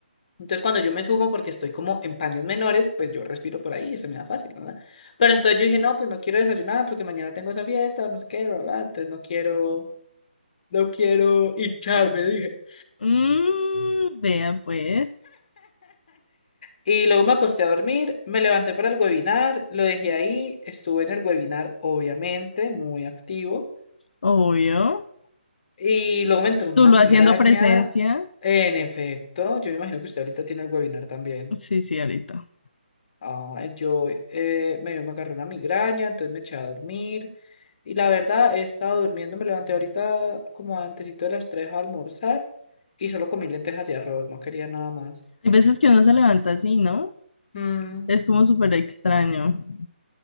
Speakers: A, on the left; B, on the left.
A: Entonces cuando yo me subo porque estoy como en paños menores, pues yo respiro por ahí y se me da fácil, ¿verdad? Pero entonces yo dije, no, pues no quiero desayunar porque mañana tengo esa fiesta, no sé qué, ¿verdad? Entonces no quiero, no quiero hincharme, dije.
B: Mm, vea pues.
A: Y luego me acosté a dormir, me levanté para el webinar, lo dejé ahí, estuve en el webinar, obviamente, muy activo.
B: Obvio.
A: Y luego me entró una
B: Tú lo
A: migraña.
B: haciendo presencia.
A: En efecto, yo me imagino que usted ahorita tiene el webinar también.
B: Sí, sí, ahorita.
A: Ah, yo eh, me, me agarré una migraña, entonces me eché a dormir. Y la verdad, he estado durmiendo, me levanté ahorita como antesito de las 3 a almorzar y solo comí lentejas y arroz, no quería nada más.
B: Hay veces que uno se levanta así, ¿no?
A: Mm,
B: Es como súper extraño.